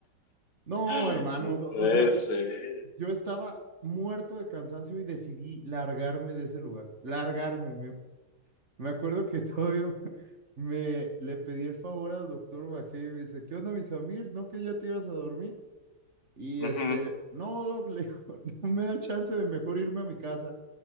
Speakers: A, on the right; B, on the left.
A: No,
B: <laughs>
A: hermano,
B: no
A: do-
B: puede
A: o sea,
B: ser.
A: yo estaba muerto de cansancio y decidí largarme de ese lugar, largarme. Me, me acuerdo que todavía <laughs> me le pedí el favor al doctor, bajé y me dice, ¿qué onda, mi Samir? ¿No que ya te ibas a dormir? Y
B: Ujú.
A: este, no, doc, le digo, <laughs> no me da chance de mejor irme a mi casa.